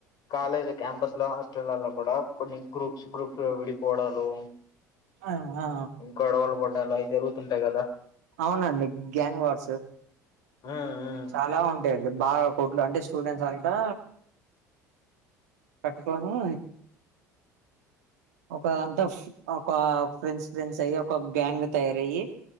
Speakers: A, on the left (about 45°); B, on the right (about 65°).
A: కాలేజ్ క్యాంపస్ లో హాస్టల్లలో కూడా కొన్ని గ్రూప్స్ గ్రూప్ లో విడిపోవడాలు
B: ఆ ఆ
A: గోడవలు పడ్డాలు అయి జరుగుతుంటాయి కదా
B: అవునండి గ్యాంగ్ వార్
A: ఉమ్ ఉమ్
B: చాలా ఉంటాయండి బాగా కోట్లు అంటే స్టూడెంట్స్ అంతా కట్టుకొని ఒక అంతా ఫ్ ఒక ఫ్రెండ్స్ ఫ్రెండ్స్ అయి ఒక గ్యాంగ్ తయారయ్యి